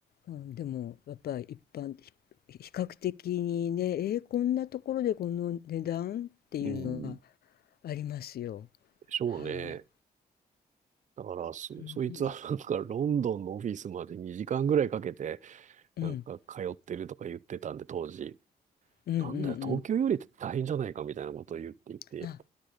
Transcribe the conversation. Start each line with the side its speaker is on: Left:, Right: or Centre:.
Left: うん、でもやっぱり一般ひ比較的にね、えー、こんなところでこの値段っていうのは
Right: うん、で
Left: ありますよ。
Right: しょうね。
Left: はい、
Right: だから、そ、
Left: うんうん、
Right: そいつは <laughs> なんかロンドンのオフィスまで2時間ぐらいかけて、
Left: うん
Right: なんか通ってるとか言ってたんで、当時、
Left: うんうんう
Right: なんだよ、東京より大変じゃないかみたいなことを言っていて、
Left: んあ